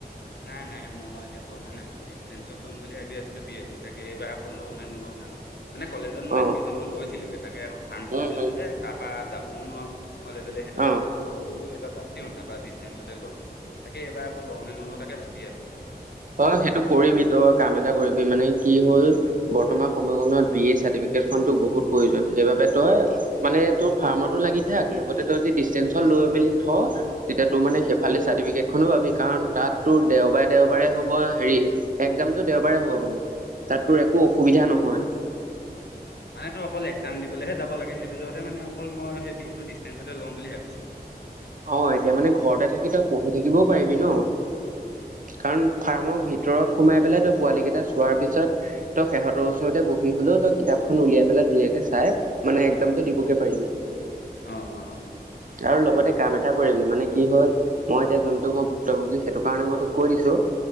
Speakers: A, on the left; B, on the right.
A: নাই নাই মই এতিয়া পঢ়া নাই মানে। দিষ্টেন্সত ল'ম বুলি ভাবি আছিলো বি এ টো তাকে, এইবাৰ আকৌ লওঁ নে নোলও জানো? মানে কলেজত মই
B: অ
A: এডমিচনটো লৈছিলোগে, তাকে ফাৰ্ম খন
B: উম
A: খুলিলো
B: উম
A: যে তাৰ পৰা যাবও নোৱাৰো। কলেজলে সেইটো
B: অ
A: জহতে বোলো এইবাৰ বাদ দিওঁ, তাপা দিষ্টেন্সতে লম তাকে এইবাৰ আকৌ লওঁ নে নলও তাকে ভাবি আছোঁ।
B: তই সেইটো কৰিবি, তই কাম এটা কৰিবি মানে কি হল বৰ্তমান সময়কনত বি এ চাৰ্টিফিকেট খন তোক বহুত প্ৰয়োজন। সেইবাবে তই মানে তোৰ ফাৰ্মতো লাগি থাক, লগতে তই যদি দিষ্টেঞ্চত লৈ মেলি থ তেতিয়া তোৰ
A: অ'
B: মানে
A: অ'
B: সেইফালে চাৰ্টিফিকেট খনো পাবি, কাৰণ তাত তোৰ দেওবাৰে দেওবাৰে হওক হ হেৰি, একজামতটো দেওবাৰে হ'ব মানে তাত তোৰ একো অসুবিধা
A: তাকে
B: নহয়।
A: উম। মানে তোৰ অকল একজাম দিবলেহে যাব লাগে, সেইটো জহতে মানে অকল মই সেই বি এ টো দিষ্টেঞ্চতে লওঁ বুলি ভাবিছো।
B: অ', এতিয়া মানে ঘৰতে থাকি তই পঢ়ি থাকিবও পাৰিবি ন।
A: উম উম।
B: কাৰণ ফাৰ্মৰ ভিতৰত সোমাই পেলাই তই পোৱালীকেইটা চোৱাৰ পিছত তই সেহঁতৰ ওচৰতে বহি হলেও তই কিতাপখন উলিয়াই পেলাই ধুনীয়াকে চাই মানে একজামটো
A: উম
B: দিবগে পাৰিবি
A: অ', অ',
B: আৰু লগতে কাম এটা কৰিবি মানে কি হ'ল মই এতিয়া যোনটো মোৰ ভুক্তভোগী সেইটো কাৰণে মই তোক কৈ দিছো